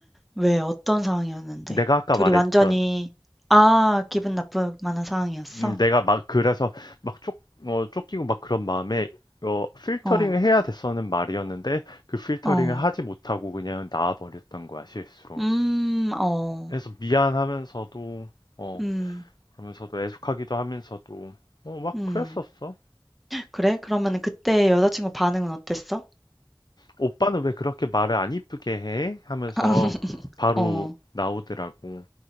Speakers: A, in the centre; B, on the left.
A: 왜 어떤 상황이었는데?
B: 내가 아까
A: 둘이
B: 말했던,
A: 완전히 아, 기분 나쁠 만한 상황이었어?
B: 음, 내가 막 그래서 막 쫓, 어, 쫓기고 막 그런 마음에 어, 필터링을
A: 어.
B: 해야 됐었는 말이었는데 그 필터링을
A: 어.
B: 하지 못하고 그냥 나와버렸던 거야, 실수로.
A: 음. 어.
B: 그래서 미안하면서도 어,
A: 음.
B: 그러면서도 애숙하기도 하면서도 어, 막
A: 음.
B: 그랬었어.
A: 그래? 그러면 그때 여자친구 반응은 어땠어?
B: 오빠는 왜 그렇게 말을 안 이쁘게 해? 하면서
A: <laughs>
B: 바로
A: 어.
B: 나오더라고.